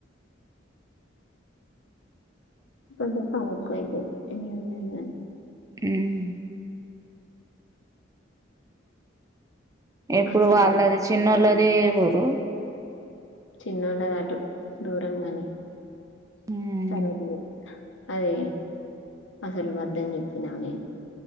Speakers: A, on the left; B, on the right.
A: కొంచెం పని ఎక్కువైతది ఏమున్నది
B: ఉమ్ ఇప్పుడు
A: అసలు
B: వాళ్ళది
A: వద్దని
B: చిన్నోళ్ళది
A: చెప్పిన
B: ఏ ఊరు
A: చిన్నోళ్ళది అటు దూరంగాని
B: ఉమ్
A: తర్వాత చెపుతా అది అసలు వద్దని చెప్పినా నేను